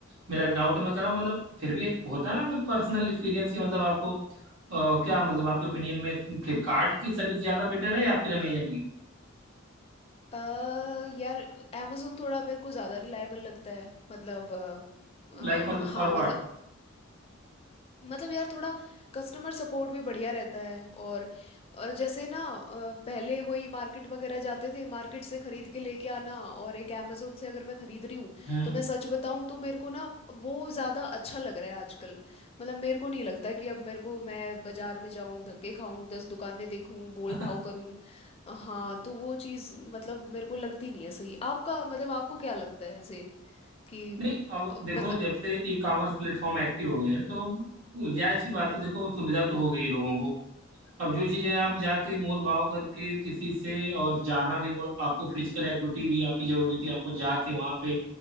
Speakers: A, on the right; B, on the left.
A: मेरा एक डाउट मैं कर रहा हूँ मतलब फिर भी एक होता है ना मतलब पर्सनल एक्सपीरियंस की मतलब आपको अ, क्या मतलब आपके ओपिनियन में फ्लिपकार्ट की सर्विस ज़्यादा बेटर है या फिर अमेजन की
B: अ, यार अमेजोन थोड़ा मेरे को ज़्यादा रिलायबल लगता है मतलब अ, अ,
A: लाइक मतलब
B: हाँ
A: फॉर व्हाट
B: मतलब मतलब यार थोड़ा कस्टमर सपोर्ट भी बढ़िया रहता है और अ, जैसे ना अ, पहले वही मार्केट वगैरह जाते थे मार्केट से खरीद के लेके आना और एक अमेजोन से अगर मैं खरीद रही हूँ
A: हम्म
B: तो मैं सच बताऊँ तो मेरे को ना वो ज़्यादा अच्छा लग रहा है आजकल मतलब मेरे को नहीं लगता कि अब मेरे को मैं बाजार में जाऊँ धक्के खाऊँ दस दुकानें देखूँ मोल
A: <laughs>
B: भाव करूँ हाँ तो वो चीज़ मतलब मेरे को लगती नहीं है सही आपका मतलब आपको क्या लगता है ऐसे कि
A: नहीं अब
B: अ, मतलब
A: देखो जब से ई कॉमर्स प्लेटफॉर्म एक्टिव हो गए हैं तो जायज सी बात है देखो सुविधा तो हो गई है लोगों को अब जो चीजें आप जाके मोल भाव करके किसी से और जाना भी वो आपको फिजिकल एक्टिविटी भी आपकी जरूरी थी आपको जाके वहां पे